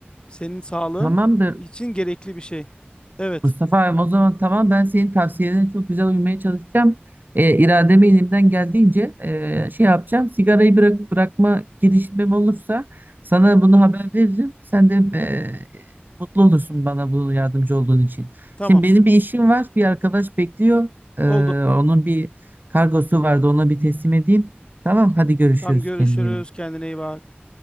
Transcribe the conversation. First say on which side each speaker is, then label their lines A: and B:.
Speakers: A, on the left; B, on the right.
A: Senin sağlığın
B: tamamdır
A: için gerekli bir şey. Evet,
B: Mustafa abi o zaman tamam ben senin tavsiyelerine çok güzel uymaya çalışacağım. E, irademi elimden geldiğince e, şey yapacağım. Sigarayı bırak, bırakma girişimim olursa sana bunu haber veririm. Sen de e, mutlu olursun bana bu yardımcı olduğun için.
A: tamam.
B: Şimdi benim bir işim var. Bir arkadaş bekliyor. E,
A: Oldu.
B: onun bir kargosu vardı. Ona bir teslim edeyim. Tamam hadi görüşürüz
A: Tam görüşürüz.
B: kendine. iyi bak.
A: Kendine iyi bak.